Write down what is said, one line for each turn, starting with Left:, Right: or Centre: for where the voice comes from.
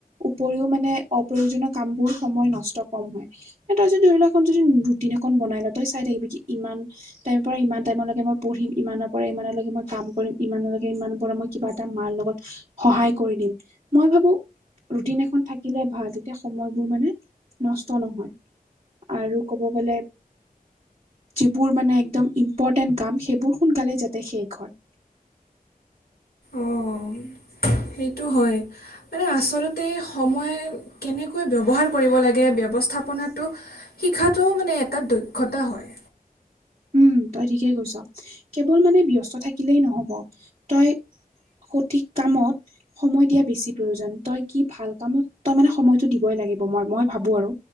Right: উপৰিও মানে অপ্ৰয়োজনীয় কাম বোৰ, সময় নষ্ট কম হয়। তাই যদি ধৰি লোৱা এখন যদি ৰুটিন এখন বনাই ল, তই চাই থাকিবি কি ইমান টাইম পৰা ইমান টাইমলৈকে মই পঢ়িম, ইমানৰ পৰা ইমানলৈকে মই কাম কৰিম ইমানলৈকে ইমান পৰা মই কিবা এটা মাৰ লগত, সহায় কৰি দিম মই ভাবো ৰুটিন এখন থাকিলে ভাল, তেতিয়া সময়বোৰ মানে নষ্ট নহয়। আৰু ক'ব গ'লে। যিবোৰ মানে একদম ইম্পৰ্টেণ্ট কাম, সেইবোৰ সোনকালেই যাতে সেইখন হয়।
Left: অঁ সেইটো হয়। মানে আচলতে সময় কেনেকৈ ব্যৱহাৰ কৰিব লাগে ব্যৱস্থাপনাটো শিকাটোও মানে এটা দক্ষতা হয়।
Right: উম, তই ঠিকেই কৈছ, কেৱল মানে ব্যস্ত থাকিলেই নহ'ব তই সঠিক কামত সময় দিয়া বেছি প্ৰয়োজন, তই কি ভাল কামত তই মানে সময়তটো দিবই লাগিব মই-মই ভাবো আৰু।